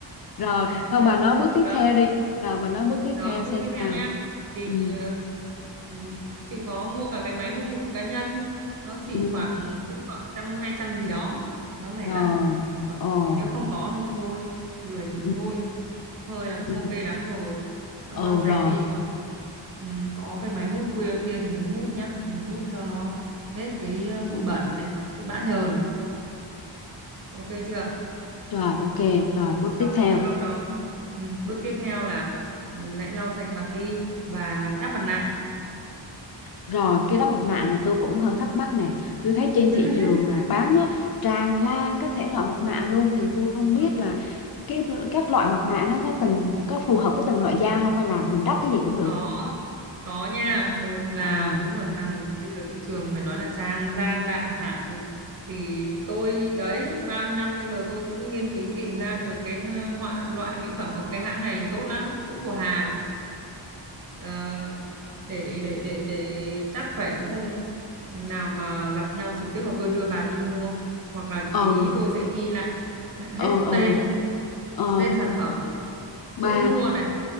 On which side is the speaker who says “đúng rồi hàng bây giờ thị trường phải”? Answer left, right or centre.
Right